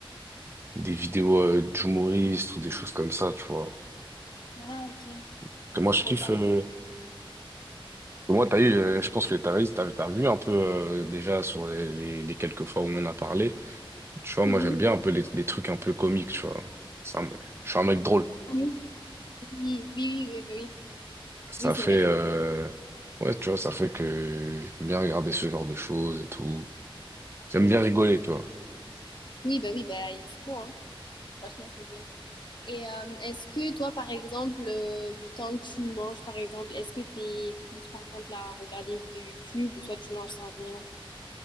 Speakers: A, on the right (about 25°); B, on the left (about 55°).
A: des vidéos euh, d'humoristes ou des choses comme ça, tu vois.
B: Ah, ok.
A: Parce Que moi,
B: Je
A: je kiffe.
B: regarde.
A: euh, moi, t'as eu, euh, je pense que t'as, t'as, t'as vu un peu euh, déjà sur les, les, les quelques fois où on en a parlé. Tu vois,
B: Mhm.
A: moi, j'aime bien un peu les, les trucs un peu comiques, tu vois. Ça me- je suis un mec drôle.
B: Oui, oui, oui, oui, oui. Oui,
A: <laughs> Ça
B: Oui, c'est
A: fait,
B: vrai, je
A: euh,
B: me dis.
A: ouais, tu vois, ça fait que j'aime bien regarder ce genre de choses et tout. J'aime bien rigoler, tu vois.
B: Oui, bah oui, bah il faut, hein. Franchement, c'est bien. Et euh, est-ce que toi, par exemple, euh, quand tu manges, par exemple, est-ce que t'es plus, par exemple, à regarder une vidéo YouTube ou soit tu manges sans rien?